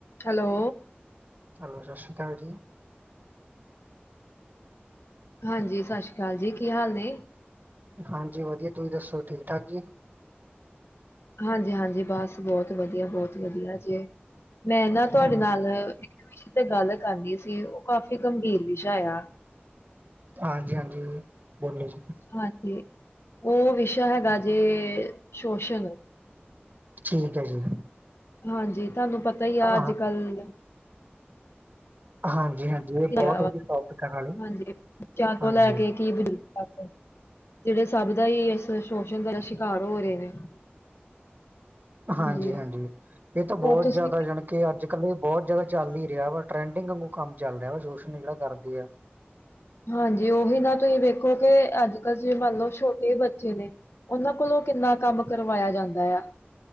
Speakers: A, on the left; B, on the right.
A: Hello?
B: Hello, ਸਤਿ ਸ਼੍ਰੀ ਅਕਾਲ ਜੀ।
A: ਹਾਂਜੀ ਸਤਿ ਸ਼੍ਰੀ ਅਕਾਲ ਜੀ, ਕੀ ਹਾਲ ਨੇ?
B: ਹਾਂਜੀ ਵਧੀਆ, ਤੁਸੀਂ ਦੱਸੋ ਠੀਕ ਠਾਕ ਜੀ?
A: ਹਾਂਜੀ-ਹਾਂਜੀ, ਬਸ ਬਹੁਤ ਵਧੀਆ ਬਹੁਤ ਵਧੀਆ ਜੀ ਮੈਂ ਨਾ ਤੁਹਾਡੇ
B: ਹਾਂਜੀ
A: ਨਾਲ।
B: ਹਾਂਜੀ
A: ਤੇ ਗੱਲ ਕਰਨੀ ਸੀ ਉਹ ਕਾਫ਼ੀ ਗੰਭੀਰ ਵਿਸ਼ਾ ਆ।
B: ਹਾਂਜੀ-ਹਾਂਜੀ, ਬੋਲੋ ਜੀ?
A: ਹਾਂਜੀ, ਉਹ ਵਿਸ਼ਾ ਹੈਗਾ ਜੇ ਸ਼ੋਸ਼ਲ।
B: ਠੀਕ ਹੈ ਜੀ।
A: ਹਾਂਜੀ, ਤੁਹਾਨੂੰ ਪਤਾ ਹੀ
B: ਹਾਂ
A: ਆ ਅੱਜ ਕੱਲ।
B: ਹਾਂਜੀ ਹਾਂਜੀ ਇਹ ਬਹੁਤ
A: ਵਾ
B: ਵਧੀਆ ਟੋਪਿਕ ਨਾਲੇ
A: ਹਾਂਜੀ, ਬੱਚਿਆਂ ਤੋਂ
B: ਹਾਂਜੀ
A: ਲੈ ਕੇ ਕੀ ਬਜ਼ੁਰਗ। ਜਿਹੜੇ ਸਭ ਦਾ ਹੀ ਇਸ ਸ਼ੋਸ਼ਣ ਦਾ ਸ਼ਿਕਾਰ ਹੋ ਰਹੇ ਨੇ। <inaudible>
B: ਹਾਂਜੀ-ਹਾਂਜੀ,
A: ਹਾਂਜੀ,
B: ਇਹ ਤਾਂ ਬਹੁਤ
A: ਹੋਰ ਤੁਸੀਂ
B: ਜ਼ਿਆਦਾ ਜਾਣੀ। ਕਿ ਅੱਜ ਕੱਲ੍ਹ ਇਹ ਬਹੁਤ ਜਿਆਦਾ ਚੱਲ ਹੀ ਰਿਹਾ ਵਾ ਟਰੈਂਡਿੰਗ ਵਲ ਕੰਮ ਚੱਲ ਰਿਹਾ ਵਾ ਸੋਸ਼ਣ ਜਿਹੜਾ ਕਰਦੇ ਆ।
A: ਹਾਂਜੀ, ਉਹੀ ਨਾ ਤੁਸੀਂ ਵੇਖੋ ਕਿ ਅੱਜ ਕੱਲ੍ਹ ਤੁਸੀਂ ਮੰਨ ਲਓ ਛੋਟੇ ਬੱਚੇ ਨੇ। ਉਹਨਾਂ ਕੋਲੋਂ ਕਿੰਨਾ ਕੰਮ ਕਰਵਾਇਆ ਜਾਂਦਾ ਆ?